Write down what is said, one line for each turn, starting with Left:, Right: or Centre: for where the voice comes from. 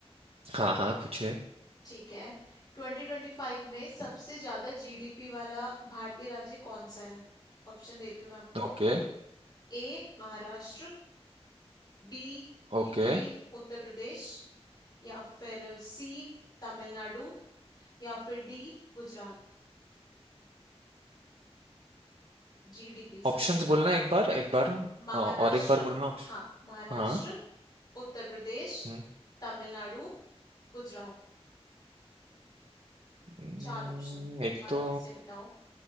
Right: हाँ हाँ पूछे
Left: ठीक है 2025 में सबसे ज्यादा जीडीपी वाला भारतीय राज्य कौन सा है ऑप्शन देती हूँ मैं आपको
Right: ओके
Left: A Maharashtra B
Right: ओके
Left: UP Uttar Pradesh या फिर सी तमिलनाडु या फिर डी गुजरात जीडीपी
Right: ऑप्शंस
Left: सबसे ज्यादा
Right: बोलना एक बार एक बार
Left: महाराष्ट्र
Right: अ, और एक बार बोलना option-
Left: हाँ महाराष्ट्र
Right: हाँ
Left: उत्तर प्रदेश
Right: हम्म,
Left: तमिलनाडु गुजरात
Right: हम्म,
Left: चार ऑप्शन
Right: एक
Left: चारों
Right: तो
Left: में से बताओ